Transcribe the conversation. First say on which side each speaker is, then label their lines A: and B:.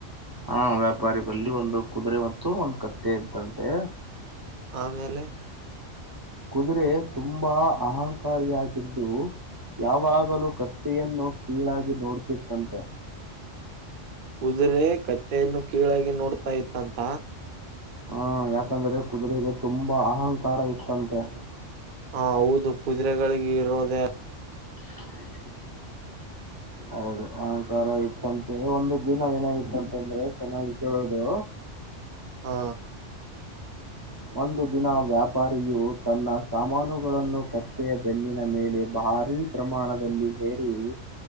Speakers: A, on the right; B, on the right.
A: ಹಾ ವ್ಯಾಪಾರಿ ಬಲ್ಲಿ ಒಂದು ಕುದುರೆ ಮತ್ತು ಒಂದು ಕತ್ತೆ ಇದ್ದಂತೆ.
B: ಆಮೇಲೆ.
A: ಕುದುರೆ ತುಂಬಾ ಅಹಂಕಾರಿಯಾಗಿದ್ದು, ಯಾವಾಗಲೂ ಕತ್ತೆಯನ್ನು ಕೀಳಾಗಿ ನೋಡ್ತಿತ್ತಂತೆ.
B: ಕುದುರೆ ಕತ್ತೆಯನ್ನು ಕೀಳಾಗಿ ನೋಡ್ತಾ ಇತ್ತಂತ.
A: ಹಾ ಯಾಕಂದ್ರೆ ಕುದುರೆಗೆ ತುಂಬಾ ಅಹಂಕಾರ ಇತ್ತಂತೆ.
B: ಹ ಹೌದು ಕುದುರೆಗಳಿಗ ಇರೋದೆ.
A: <unintelligible>
B: <inaudible>
A: ಹೌದು ಅಹಂಕಾರ ಇತ್ತಂತೆ ಒಂದು ದಿನ ಏನಾಗಿತ್ತಂತಂದ್ರೆ ಚೆನ್ನಾಗಿ ಕೇಳೋದು.
B: ಹಾ. <inaudible>
A: ಒಂದು ದಿನ ವ್ಯಾಪಾರಿಯು ತನ್ನ ಸಾಮಾನುಗಳನ್ನು ಕತ್ತೆಯ ಬೆನ್ನಿನ ಮೇಲೆ ಭಾರೀ. ಪ್ರಮಾಣದಲ್ಲಿ ಹೇರಿ